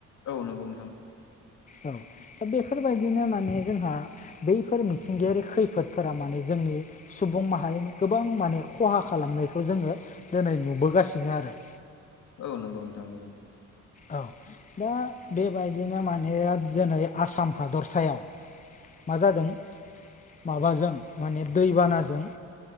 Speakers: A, on the left (about 75°); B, on the left (about 25°).
A: औ नंगौ नोंथां।
B: औ। बेफोरबायदिनो माने जोंहा बैफोर मिथिंगायारि खैफोदफोरा माने जोंनि सुबुं माहारिनि गोबां माने खहा खालामनायखौ जोङो दिनै नुबोगासिनो आरो।
A: औ नंगौ नोंथां नुदों।
B: औ दा बेबायदिनो माने दोनै आसाम हादरसायाव मा जादों माबाजों माने दैबानाजों